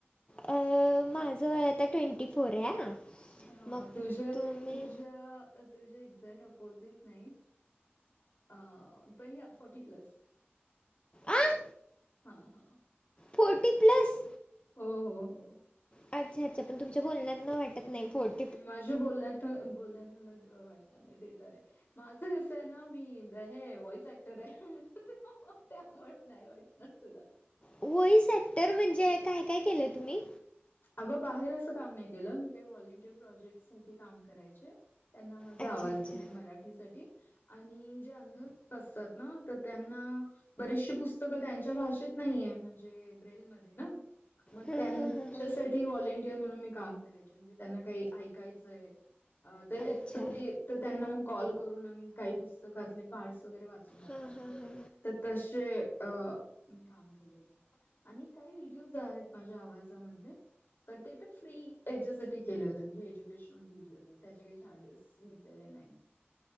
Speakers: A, on the left; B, on the left.
A: अं, माझं आता ट्वेंटी फोर आहे.
B: हा
A: मग
B: तुझ्या-
A: तुम्ही
B: तुझ्या- तुझ्या - जरा अपोटीच नाही अ फोर्टी प्लस.
A: आं.
B: हा हा.
A: Forty plus?
B: हो- हो- हो.
A: अच्छा अच्छा पण तुमच्या बोलण्यातत ना वाटत नाही फोर्टि.
B: नाही माझ्या बोलण्यात - बोलण्यात मला वाटणार नाही ते तर आहे. माझं कसं आहे ना मी हे वॉइस ऍक्टर आहे त्यामुळे नाही वाटत. धर तला.
A: वई सॅक्टर म्हणजे काय काय केलं तुम्ही?
B: अगं बाहेर असं काम नाही केलं मी काही व्हॉलेंटियर प्रोजेक्टसाठी काम करायचे. त्यांना माझा
A: अच्छा
B: आवाज
A: अच्छा
B: दिलाय मराठीसाठी. आणि जे अंध लोक असतात ना त्यांना - बरीचशी पुस्तकं त्यांच्या भाषेत नाही आहे म्हणजे ब्रेलमध्ये ना मग
A: हां
B: त्यां.
A: हां हां हां
B: व्हॉंटियर म्हणून मी काम करायचे म्हणजे त्यांना काही ऐकायचंय. अ ते
A: अच्छा
B: तर ते त्यांना मग कॉल करून आम्ही काही पुस्तकातले पार्टस वगैरे वाचु - वाचून दाखवायचो.
A: हां हां हां
B: तशे काम केले आहे आणि काही व्हिडिओज आहेत माझ्या आवाज - आवाजा मधले ते पण फ्री यांच्यासाठी केलत एज्युकेशन विडिओ त्याचे काही चार्जेस. घेतले नाही <inaudible>